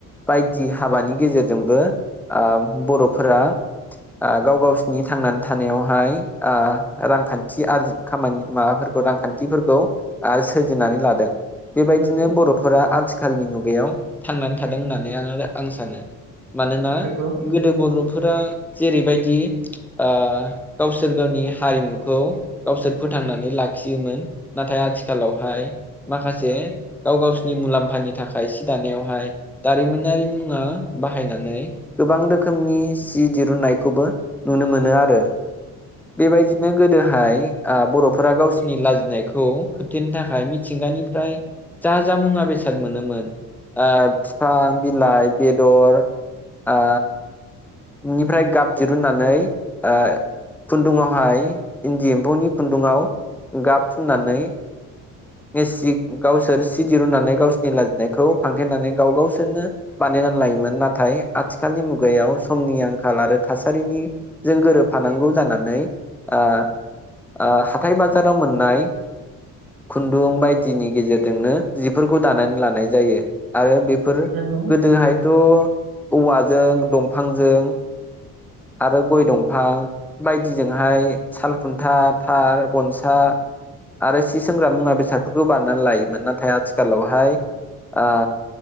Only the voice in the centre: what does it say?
बायदि हाबानि गेजेरजोंबो ओ बर'फोरा ओ गाव गावसिनि थांनानै थानायावहाय ओ रांखान्थि आरजि खामानि माबाफोरखौ रांखान्थिफोरखौ ओ सोरजिनानै लादों। बेबायदिनो
बर'फोरा आथिखालनि मुग गायाव थांनानै थादों होननानै आङो आं सानो। मानोना
गोदो बर'फोरा जेरैबायदि ओ गावसोर गावनि हारिमुखौ गावसोर फोथांनानै लाखियोमोन। नाथाय आथिखालावहाय माखासे गाव गावसिनि मुलाम्फानि थाखाय सि दानायावहाय दारिमिनारि मुवा बाहायनानै गोबां रोखोमनि सि दिरुननायखौबो नुनो मोनो आरो बेबायदिनो गोदोहाय ओ बर'फोरा गावसिनि लाजिनायखौ खोबथेनो थाखाय मिथिंगानिफ्राय जा जा मुवा बेसाद मोनोमोन ओ बिफां, बिलाइ, बेदर ओ निफ्राय गाब दिरुननानै ओ खुन्दुंआवहाय इन्दि एम्फौनि खुन्दुंआव गाब फुननानै सि गावसोर सि दिरुननानै गावसोरनि लाजिनायखौ फांथेनानै गाव गावसोरनो बानायनानै लायोमोन। नाथाय आथिखालनि मुगायाव समनि आंखाल आरो थासारिनिजों गोरोबफानांगौ जानानै ओ ओ हाथाइ बाजाराव मोननाय खुन्दुं बायदिनि गेजेरजोंनो जिफोरखौ दानानै लानाय जायो। आरो बेफोर
गोदोहायथ' औवाजों दं फांजों आरो गय दंफां बायदिजोंहाय सालखुन्था, थार, गनसा आरो सि सोंग्रा मुवा बेसादफोरखौ बानायनानै लायोमोन नाथाय आथिखालावहाय ओ